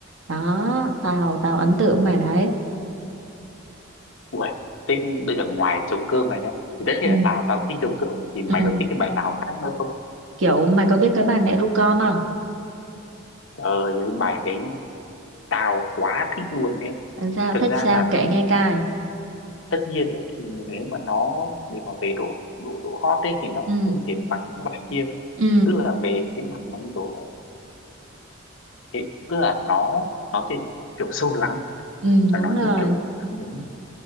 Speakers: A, on the right; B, on the left.
A: đó. tao tao ấn tượng bài đấy
B: Uầy, thế bây giờ ngoài trống cơm này nhá thì tất nhiên
A: ừ
B: là tao tao cũng thích trống cơm rồi thì mày
A: ừ
B: còn thích cái bài nào khác nữa không
A: kiểu mày có biết cái bài mẹ ru con không
B: trời cái bài đấy tao quá thích luôn đấy
A: Làm sao
B: thật
A: thích
B: ra
A: sao
B: là
A: kể
B: cũng-
A: nghe cài,
B: tất, tất nhiên đấy thì nếu mà nó để mà về độ độ độ hot ấy thì nó
A: ừ
B: không thể bằng những bài kia
A: ừ
B: tức là về cái mặt nó độ thế- tức là nó nó sẽ kiểu sâu lắng
A: ừ
B: và
A: đúng
B: nó
A: rồi
B: sẽ kiểu chạm đến